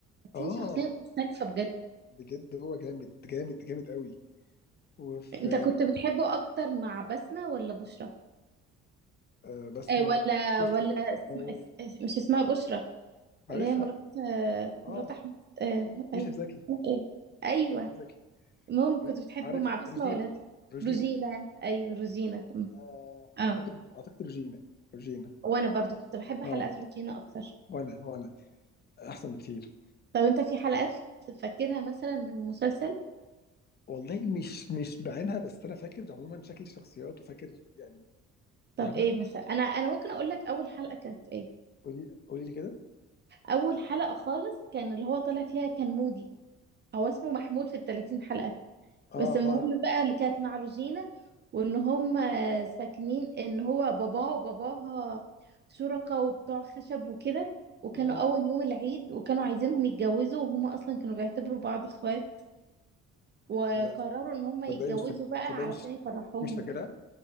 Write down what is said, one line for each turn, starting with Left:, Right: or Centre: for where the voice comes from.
Left: آه
Right: 30 شخصية مختلفة بجد
Left: بجد هو جامد جامد جامد قوي وفي
Right: أنت كنت بتحبه أكتر مع بسمة ولا بشرى؟
Left: آه، بسمة
Right: آه، ولا
Left: وشوشة
Right: ولا
Left: اسمها
Right: اسم...
Left: إيه؟
Right: اس- مش اسمها بشرى
Left: عارفها
Right: اللي هي مرات آه،
Left: آه
Right: مرات احمد آه
Left: يوسف
Right: ايوه
Left: زكي
Right: اسمها ايه ايوه
Left: يوسف زكي
Right: المهم كنت
Left: ع-
Right: بتحبه
Left: عارف
Right: مع بسمة
Left: روجين
Right: ولا دي
Left: روجينا
Right: روجينا ايوه روجينا م.
Left: آه، اعتقد
Right: اه
Left: اعتقد روجينا روجينا
Right: وانا برضو كنت بحب حلقات
Left: اه
Right: روجينا اكتر
Left: وانا وانا احسن بكتير
Right: طب انت في حلقات تفكرها مثلا من المسلسل
Left: والله مش مش بعينها بس انا فاكر عموما شكل الشخصيات وفاكر يعني
Right: طب
Left: فاهمه
Right: ايه مثلا انا انا ممكن اقول لك اول حلقة كانت ايه
Left: قولي قولي لي كده
Right: اول حلقة خالص كان اللي هو طالع فيها كان مودي هو اسمه محمود في ال 30 حلقة
Left: اه
Right: بس المهم
Left: اه عارف.
Right: بقى اللي كانت مع روجينا وان هم ساكنين ان هو باباه وباباها شركاء وبتوع خشب وكده وكانوا
Left: مم.
Right: اول يوم العيد وكانوا عايزينهم يتجوزوا وهم اصلا كانوا بيعتبروا بعض اخوات وقرروا
Left: لا
Right: ان هم يتجوزوا
Left: صدقني مش فاكر
Right: بقى
Left: صدقني
Right: علشان
Left: مش
Right: يفرحوهم
Left: مش فاكرها
Right: وكده